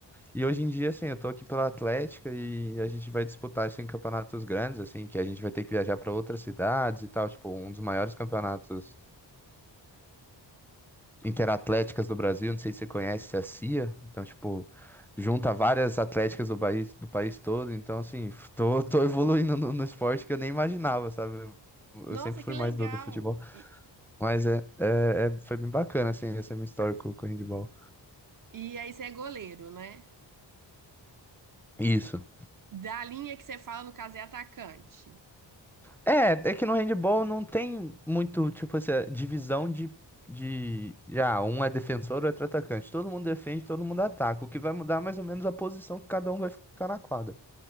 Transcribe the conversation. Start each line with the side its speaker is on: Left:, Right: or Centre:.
Centre: E hoje em dia, assim, eu tô aqui pela Atlética e a gente vai disputar isso em campeonatos grandes, assim, que a gente vai ter que viajar para outras cidades e tal, tipo, um dos maiores campeonatos Interatléticas do Brasil, não sei se você conhece a CIA, então, tipo, junta várias atléticas do país, do país todo, então, assim, tô, tô evoluindo no, no esporte que eu nem imaginava, sabe? Eu
Right: Nossa,
Centre: sempre fui
Right: que legal.
Centre: mais do, do futebol,
Right: E,
Centre: mas é, é, é- foi bem bacana, assim, essa minha história com, com o handball.
Right: e aí você é goleiro, né?
Centre: Isso.
Right: Da linha que você fala, no caso, é atacante.
Centre: É, é que no handball não tem muito, tipo, essa divisão de, de, já, um é defensor, outro é atacante. Todo mundo defende, todo mundo ataca. O que vai mudar é mais ou menos a posição que cada um vai ficar na quadra.